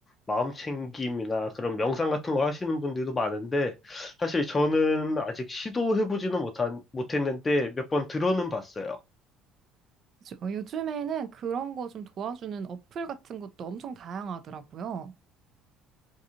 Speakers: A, on the left (about 25°); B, on the right (about 50°).
A: 마음 챙김이나 그런 명상 같은 거 하시는 분들도 많은데 사실 저는 아직 시도해보지는 못한, 못했는데 몇 번 들어는 봤어요.
B: 그죠. 요즘에는 그런 거 좀 도와주는 어플 같은 것도 엄청 다양하더라고요.